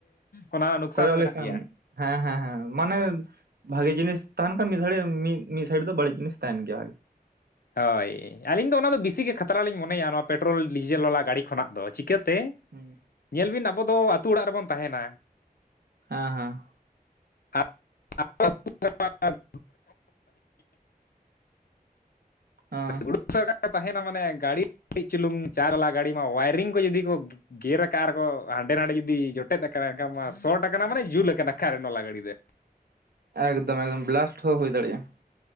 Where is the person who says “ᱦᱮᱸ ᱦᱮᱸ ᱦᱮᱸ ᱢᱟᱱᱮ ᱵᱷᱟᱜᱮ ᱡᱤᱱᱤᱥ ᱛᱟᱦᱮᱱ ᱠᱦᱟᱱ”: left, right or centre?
Right